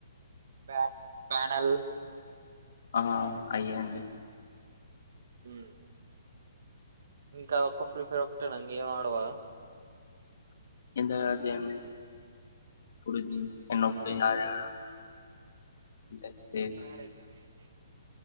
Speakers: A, on the right (about 60°); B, on the left (about 65°).
A: Trap, panel.
B: ఆహా, అయ్యేమ్ లేదు.
A: ఉమ్ ఇంకా, అదొక్క ఫ్రీ ఫైర్ ఒకటేనా? ఇంగ ఏం ఆడవా?
B: ఇంతదాక ఏం. పుడు సిన్నప్పుడు ఆడినా. ఇంట్రెస్ట్ లేదు.
A: ఆడేసావా ఇయన్నీ